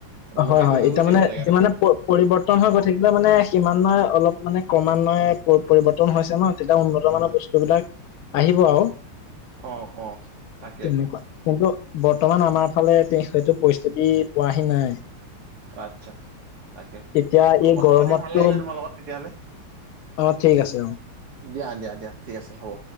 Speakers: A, on the right; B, on the left.
A: উন্নতি
B: হয় হয়
A: হৈ হৈ
B: এতিয়া
A: গৈ থাকিব
B: মানে
A: জেগাটো।
B: যি মানে পৰিবৰ্তন হৈ গৈ থাকিলে মানে কিমান্বয়ে অলপ মানে ক্ৰমান্বয়ে পৰিবৰ্তন হৈছে ন তেতিয়া উন্নত মানৰ বস্তুবিলাক আহিব আৰু
A: অ', অ', তাকে
B: তেনেকুৱা কিন্তু বৰ্তমান আমাৰ ফালে সেইটো পৰিস্থিতি পোৱাহি নাই
A: আচ্ছা তাকে
B: এতিয়া
A: অ
B: এই
A: কথা
B: গৰমতটো
A: পাতি ভাল লাগিলে তোমাৰ লগত তেতিয়াহলে
B: অ ঠিক আছে অ
A: দিয়া দিয়া দিয়া ঠিক আছে হ'ব